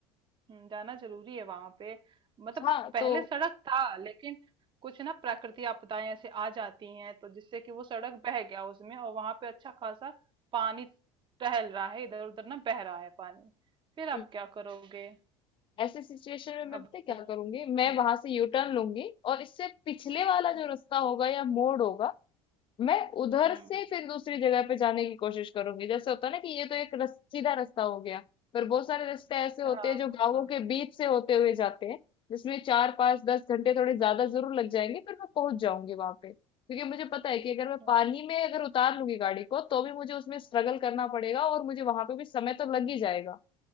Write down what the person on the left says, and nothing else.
हाँ
तो
हम्म,
ऐसे सिचुएशन में मैं
पता
है क्या करूंगी मैं
वहां से यू टर्न लूंगी और इससे पिछले वाला
जो रास्ता होगा या मोड़ होगा मैं उधर
से फिर दूसरी जगह पे जाने की कोशिश करूंगी जैसे होता है ना कि ये तो एक रस, सीधा रास्ता हो गया पर बहुत सारे रास्ते ऐसे होते
हैं जो
गांवों
के बीच से होते हुए जाते हैं जिसमें चार पांच दस घंटे थोड़े ज्यादा जरूर लग जाएंगे पर मैं पहुंच जाऊंगी वहां पे क्योंकि मुझे पता है कि अगर मैं
पानी में अगर उतार लूंगी गाड़ी को तो भी मुझे उसमें स्ट्रगल करना पड़ेगा और मुझे वहां पे भी समय तो लग ही जाएगा